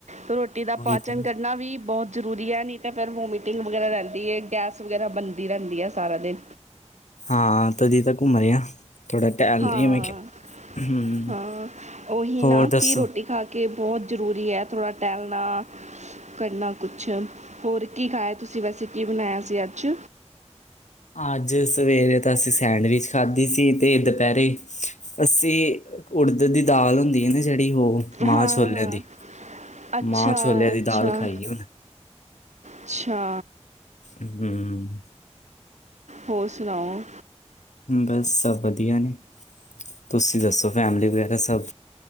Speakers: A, on the right; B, on the left.
A: ਰੋਟੀ ਦਾ
B: ਉਹੀ
A: ਪਾਚਨ
B: ਤਾਂ ਨਾ।
A: ਕਰਨਾ ਵੀ ਬਹੁਤ ਜ਼ਰੂਰੀ ਹੈ ਨਹੀਂ ਤਾਂ ਫਿਰ ਵੋਮੀਟਿੰਗ ਵਗੈਰਾ ਰਹਿੰਦੀ ਹੈ ਗੈਸ ਵਗੈਰਾ ਬੰਦ ਰਹਿੰਦੀ ਆ ਸਾਰਾ ਦਿਨ
B: ਹਾਂ ਤਦੀ ਤਾਂ ਘੁੰਮ ਰਹੀਹਾ ਥੋੜ੍ਹਾ ਟਹਿ ਲਈ
A: ਹਾਂ
B: ਮੈਂ ਕਿਹਾ ਹਮ
A: ਹਾਂ ਉਹੀ
B: ਹੋਰ
A: ਨਾ
B: ਦੱਸੋ
A: ਰੋਟੀ ਖਾ ਕਿ ਬਹੁਤ ਜ਼ਰੂਰੀ ਹੈ ਥੋੜ੍ਹਾ ਟਹਿਲਣਾ ਕਰਨਾ ਕੁਛ ਹੋਰ ਕੀ ਖਾਇਆ ਤੁਸੀਂ ਵੈਸੇ ਕੀ ਬਣਾਇਆ ਸੀ ਅੱਜ
B: ਅੱਜ ਸਵੇਰੇ ਤਾਂ ਅਸੀਂ ਸੈਂਡਵਿਚ ਖਾਧੀ ਸੀ ਤੇ ਦੁਪਹਿਰੇ ਅਸੀਂ ਉੜਦ ਦੀ ਦਾਲ ਹੁੰਦੀ ਹੈ ਨਾ ਜਿਹੜੀ ਮਾਂ
A: ਹਾਂ
B: ਛੋਲਿਆਂ
A: ਹਾਂ
B: ਦੀ
A: ਅੱਛਾ
B: ਮਾਂ ਛੋਲਿਆਂ ਦੀ
A: ਅੱਛਾ
B: ਦਾਲ ਖਾਈ ਉਹਨੇ
A: ਅੱਛਾ
B: ਹਮ
A: ਹੋਰ ਸੁਣਾਓ
B: ਬਸ ਸਭ ਵਧੀਆ ਨੇ ਤੁਸੀਂ ਦੱਸੋ ਫੈਮਲੀ ਵਗੈਰਾ ਸਭ